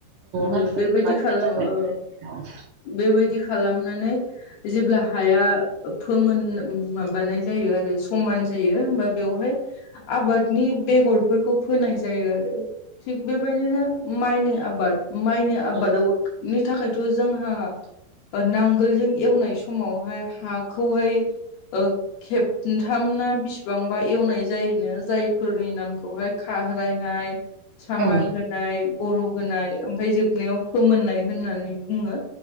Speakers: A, on the left; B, on the right.
A: औ
B: हाथुरि
A: बेबायदि
B: होबाथाय
A: खालामो
B: जाबाय
A: औ
B: औ
A: बेबायदि खालामनानै जेब्ला हाया फोमोनो माबानाय जायो आरो समान जायो होमबा बेवहाय आबादनि बेगरफोरखौ फोनाय जायो आरो थिग बेबायदिनो माइनि आबाद माइनि आबादाव
B: औ
A: नि थाखायथ' जोंहा ओ नांगोलजों एवनाय समावहाय हाखौहाय ओ खेबथाम ना बिसिबांबा एवनाय जायोनो जायफोरनि नामखौहाय खारायनाय सामार
B: औ
A: जोनाय बर' होनाय ओमफ्राय जोबनायाव फोमोननाय होननानै बुङो